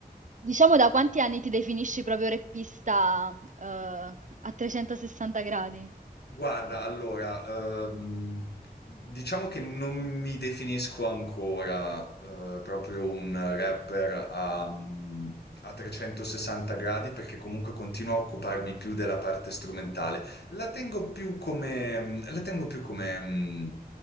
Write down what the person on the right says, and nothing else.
diciamo da quanti anni ti definisci proprio reppista eh, a 360 gradi?